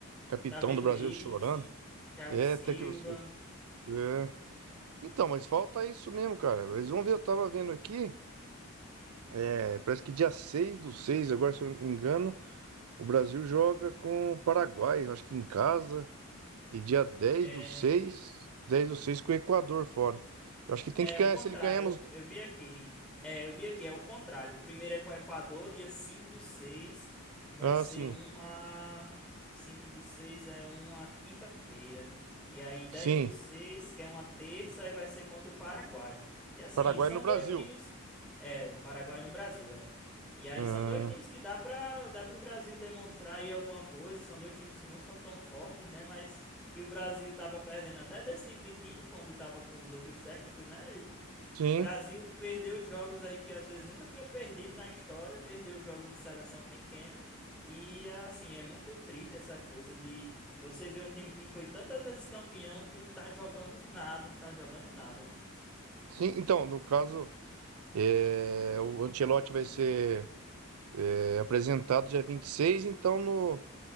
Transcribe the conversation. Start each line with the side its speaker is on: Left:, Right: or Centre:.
Right: capitão
Centre: Davi
Right: do
Centre: Luiz,
Right: Brasil chorando?
Centre: Thiago
Right: É,
Centre: Silva,
Right: até que. os- é. Então, mas falta isso mesmo, cara. Eles vão ver, eu tava vendo aqui, é, parece que dia 6 do 6 agora se eu não me engano, o Brasil joga com o Paraguai, eu acho que em casa. E dia dez
Centre: é,
Right: do seis dez do seis com o Equador fora. Eu acho que tem
Centre: É
Right: que ganhar,
Centre: o contrário,
Right: se ele ganhar nos...
Centre: eu vi aqui. É, eu vi aqui, é o contrário. Primeiro é com o Equador, dia 5 do 6, que vai
Right: Ah,
Centre: ser
Right: sim.
Centre: uma. cinco do seis é uma quinta-feira. E aí dez
Right: Sim.
Centre: do seis, que é uma terça, e vai ser contra o Paraguai. E assim,
Right: Paraguai
Centre: são
Right: no Brasil.
Centre: dois times. É, o Paraguai no Brasil, é. E aí
Right: Ah,
Centre: são dois times que dá para dá para o Brasil demonstrar aí alguma coisa. São dois times que não são tão fortes, né? Mas que o Brasil estava perdendo até desse tipo de time quando estava com os outros técnicos, né?
Right: sim.
Centre: O Brasil perdeu jogos aí que às vezes nunca tinha perdido na história, perdeu jogo de seleção pequena e assim, é muito triste essa coisa de você ver um time que foi tantas vezes campeão que não tá jogando nada, não tá jogando nada.
Right: Sim, então, no caso, é, o Ancelotti vai ser é, apresentado dia 26 então no,